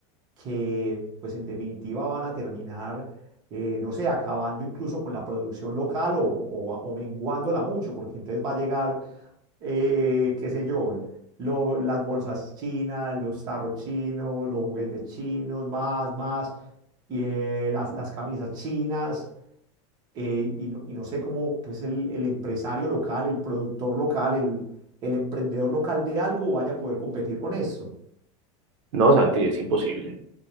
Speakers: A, on the right; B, on the right.
A: que, pues, en definitiva van a terminar, eh, no sé, acabando incluso con la producción local o, o, o menguándola mucho, porque entonces va a llegar eh, qué sé yo, lo- las bolsas chinas, los tarros chinos, los juguetes chinos, más, más, y, eh, las, las camisas chinas, eh, y, no, y no sé cómo, pues el, el empresario local, el productor local, el, el emprendedor local de algo vaya a poder competir con eso.
B: No, Santi, es imposible.